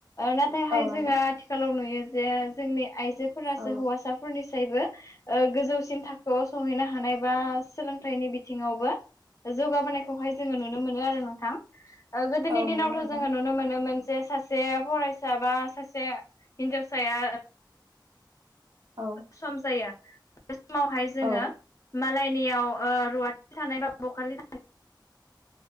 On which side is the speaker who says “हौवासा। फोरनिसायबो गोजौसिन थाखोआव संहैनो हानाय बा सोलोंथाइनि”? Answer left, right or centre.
Left